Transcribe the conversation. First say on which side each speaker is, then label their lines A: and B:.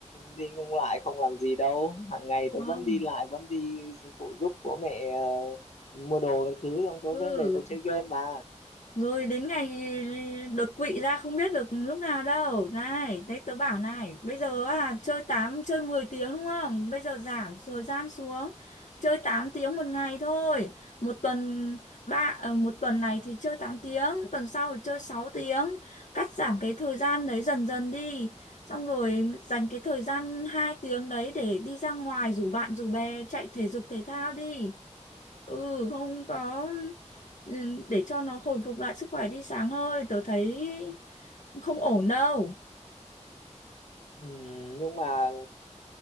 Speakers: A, on the left; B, on the left.
A: đi không lại, không làm gì đâu. Hàng ngày tớ
B: không
A: vẫn đi lại, vẫn đi phụ giúp bố mẹ ờ, mua đồ các thứ, xong tớ
B: ừ
A: mới về tớ chơi game mà.
B: rồi đến ngày đột quỵ ra không biết được lúc nào đâu này đấy tớ bảo này bây giờ à chơi tám chơi 10 tiếng đúng không bây giờ giảm thời gian xuống chơi 8 tiếng một ngày thôi một tuần ba ờ, một tuần này thì chơi tám tiếng tuần sau thì chơi sáu tiếng cắt giảm cái thời gian đấy dần dần đi xong rồi dành cái thời gian 2 tiếng đấy để đi ra ngoài rủ bạn rủ bè chạy thể dục thể thao đi ừ không có ừ, để cho nó hồi phục lại sức khỏe đi sáng ơi tớ thấy không ổn đâu
A: Ừm, nhưng mà